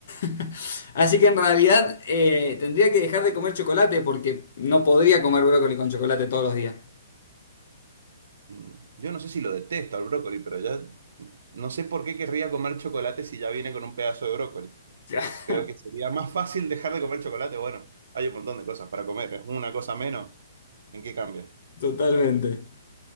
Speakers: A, on the left; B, on the right.
A: <laughs> así que en realidad eh, tendría que dejar de comer chocolate porque no podría comer brócoli con chocolate todos los días.
B: Mm, yo no sé si lo detesto al brócoli, pero ya no sé por qué querría comer chocolate si ya viene con un pedazo de brócoli.
A: <laughs>
B: Creo que sería más fácil dejar de comer chocolate. Bueno, hay un montón de cosas para comer, ¿eh? una cosa menos, ¿en qué cambia?
A: Totalmente.